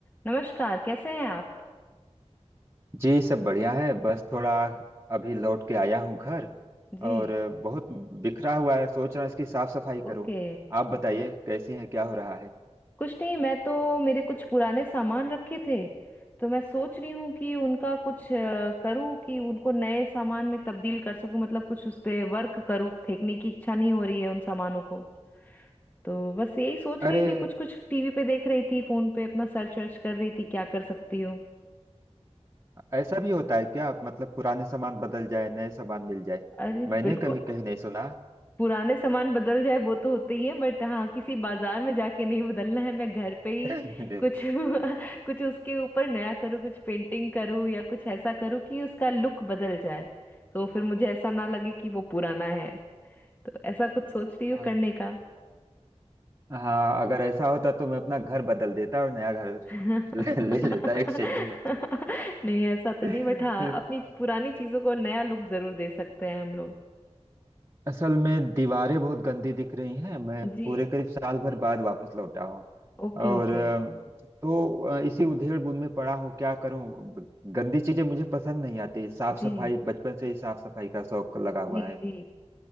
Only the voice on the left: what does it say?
नमस्कार कैसे हैं आप
जी
ओके
कुछ नहीं मैं तो मेरे कुछ पुराने सामान रखे थे तो मैं सोच रही हूँ कि उनका कुछ अ, करूँ कि उनको नए सामान में तब्दील कर सकूँ मतलब कुछ उस पे वर्क करूँ फेंकने की इच्छा नहीं हो रही है उन सामानों को तो बस यही सोच
रही थी कुछ कुछ टीवी पे देख रही थी फोन पे अपना सर्च वर्च कर रही थी क्या कर सकती हूँ
अरे
बिल्कुल
पुराने सामान बदल जाए वो तो होते ही है बट हाँ किसी बाजार में जाके नहीं बदलना है मैं घर पे ही
कुछ <laughs> कुछ उसके ऊपर नया करूँ कुछ पेंटिंग करूँ या कुछ ऐसा करूँ कि उसका लुक बदल जाए तो फिर मुझे ऐसा ना लगे कि वो पुराना है तो ऐसा कुछ सोच रही हूँ
करने का
<laughs> नहीं
ऐसा तो
नहीं बट हाँ अपनी पुरानी चीजों को नया लुक जरूर दे सकते हैं हम लोग
जी
Okay
okay
जी
जी
जी